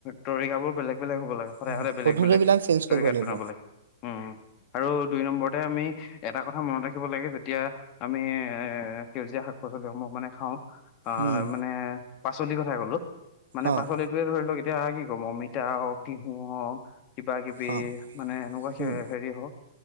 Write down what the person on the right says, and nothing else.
হয়,
পদ্ধতিবিলাক
চেঞ্জ
কৰিব লাগিব,
উম,
অ',
অ',
উম,